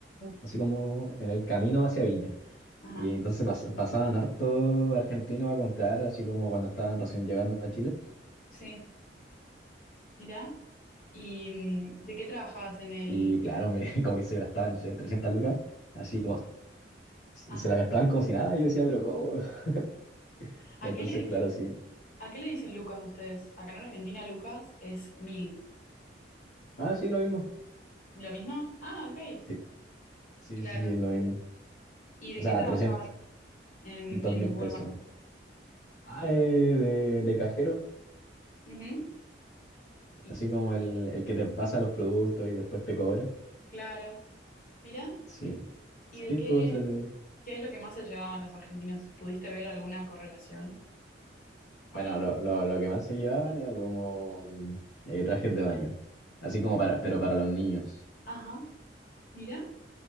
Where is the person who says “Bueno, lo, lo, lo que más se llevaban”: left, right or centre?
Left